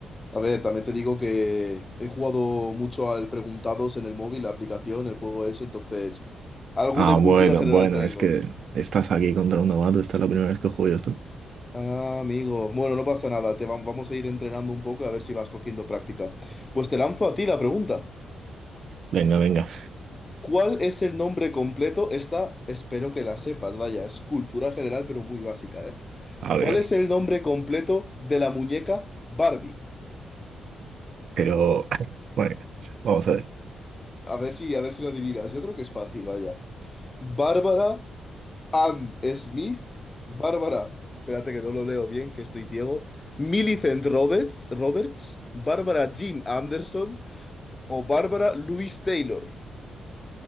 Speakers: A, on the left (about 25°); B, on the right (about 65°).
A: A ver, también te digo que he jugado mucho al Preguntados en el móvil, la aplicación, el juego ese. entonces algo
B: Ah,
A: de
B: bueno,
A: cultura general
B: bueno,
A: tengo.
B: es que estás aquí contra un novato, esta es la primera vez que juego yo esto.
A: Ah, amigo. Bueno, no pasa nada, te vam- vamos a ir entrenando un poco a ver si vas cogiendo práctica. Pues te lanzo a ti la pregunta.
B: Venga, venga,
A: ¿Cuál es el nombre completo? Esta espero que la sepas, vaya, es cultura general, pero muy básica, ¿eh?
B: a
A: ¿Cuál
B: ver, a ver.
A: es el nombre completo de la muñeca Barbie?
B: Pero, <laughs> bueno, vamos a ver.
A: A ver si, a ver si lo adivinas. Yo creo que es fácil, vaya. Bárbara Ann Smith, Bárbara, espérate que no lo leo bien, que estoy ciego, Millicent Roberts, Roberts, Bárbara Jean Anderson o Bárbara Louise Taylor.